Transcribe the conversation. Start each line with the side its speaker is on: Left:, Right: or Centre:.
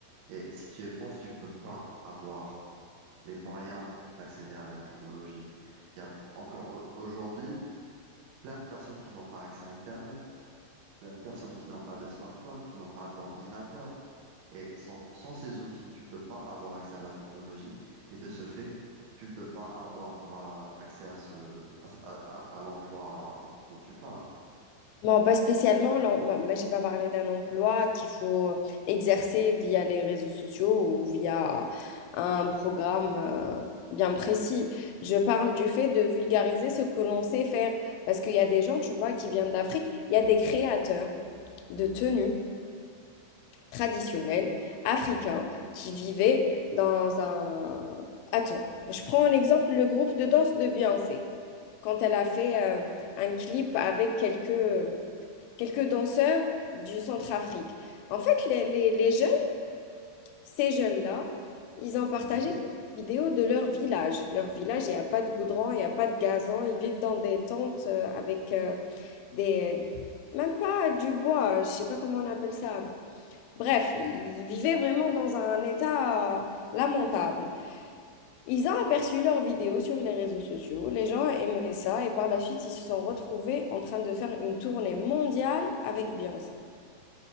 Right: Et si tu es pauvre, tu peux pas avoir les moyens d'accéder à la technologie. Il y a encore au- aujourd'hui plein de personnes qui n'ont pas accès à Internet, plein de personnes qui n'ont pas de smartphone, qui n'ont pas d'ordinateur. Et sans, sans ces outils, tu ne peux pas avoir accès à la technologie. Et de ce fait, tu ne peux pas avoir euh, accès à ce, à, à- à- à l'emploi dont tu parles.
Left: Non, pas spécialement. Non, moi, moi, j'ai pas parlé d'un emploi qu'il faut exercer via les réseaux sociaux ou via un programme euh, bien précis. Je parle du fait de vulgariser ce que l'on sait faire. Parce qu'il y a des gens, tu vois, qui viennent d'Afrique. Il y a des créateurs de tenues traditionnelles africains qui vivaient dans un... Attends, je prends en exemple le groupe de danse de Beyoncé. Quand elle a fait euh, un clip avec quelques quelques danseurs du Centrafrique. En fait, les, les- les jeunes, ces jeunes-là, ils ont partagé
Right: Mhm.
Left: quelques vidéos de leur village. Leur village, il n'y a pas de goudron, il n'y a pas de gazon. Ils vivent dans des tentes euh, avec euh, des... Même pas du bois, euh, je ne sais pas comment on appelle ça. Bref, ils vivaient vraiment dans un état euh, lamentable. Ils ont aperçu leurs vidéos sur les réseaux sociaux, les gens aimaient ça et par la suite, ils se sont retrouvés en train de faire une tournée mondiale avec Beyoncé.